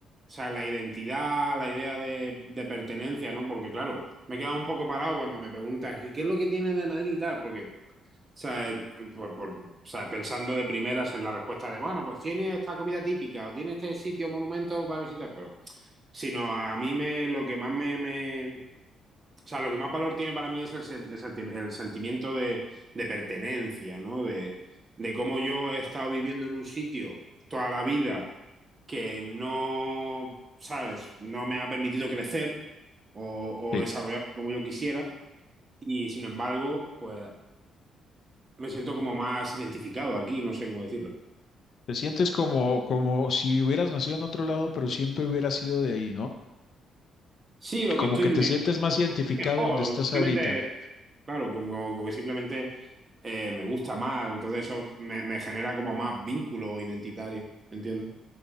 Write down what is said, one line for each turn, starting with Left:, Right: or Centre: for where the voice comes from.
Right: o sea, la identidad, la idea de, de pertenencia, ¿no? Porque claro, me he quedado un poco parado cuando me preguntas, ¿y qué es lo que tiene de Madrid y tal? Porque O sea, por- por- o sea, pensando de primeras en la respuesta de, bueno, pues tiene esta comida típica o tiene este sitio, monumento para visitar, pero sino a mí me, lo que más me, me- o sea, lo que más valor tiene para mí es el, sen- el senti- el sentimiento de, de pertenencia, ¿no? De, de cómo yo he estado viviendo en un sitio toda la vida que no, ¿sabes? No me ha permitido crecer o, o
Left: Sí.
Right: desarrollar como yo quisiera. Y sin embargo, pues me siento como más identificado aquí, no sé cómo decirlo.
Left: Te sientes como, como si hubieras nacido en otro lado, pero siempre hubieras sido de ahí, ¿no?
Right: Sí, o
Left: Como
Right: que estoy
Left: que
Right: me-
Left: te sientes más identificado
Right: mejor,
Left: donde
Right: o
Left: estás
Right: que simplemente,
Left: ahorita.
Right: claro, como, como que simplemente eh, me gusta más, entonces eso me, me genera como más vínculo identitario, ¿me entiendes?